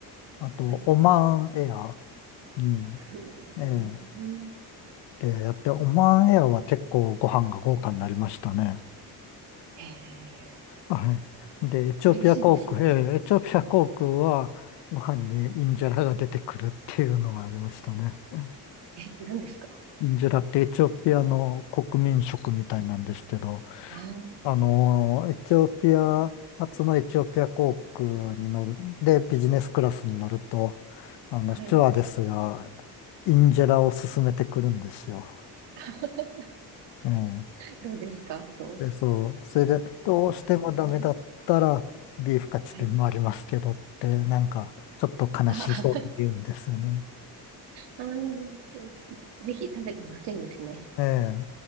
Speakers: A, on the left; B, on the right.
A: あと、
B: はい。
A: オマーンエア、うん、
B: うん。
A: ええ、でやって、オマーンエアは結構ご飯が豪華になりましたね。
B: ええ、
A: はい。で、エチオピア航空、
B: 嬉しいですね。
A: えーエチオピア航空はご飯にインジェラが出てくるっていうのがありましたね。<laughs>
B: え、何ですか
A: インジェラってエチオピアの国民食みたいなんですけど、
B: ああー、
A: あのーエチオピア初のエチオピア航空に乗る、で、ビジネスクラスに乗ると、あの、
B: はい。
A: スチュワーデスがインジェラを勧めてくるんですよ。
B: <laughs>
A: ええ
B: どうですかと。
A: え、そう。それで、どうしてもダメだったら、
B: ええ
A: ビーフカツでもありますけどって、
B: はい。
A: なんか、ちょっと悲しそうに言うんですよね。
B: あーあー、ぜひ食べてほしいんですね。
A: ええ。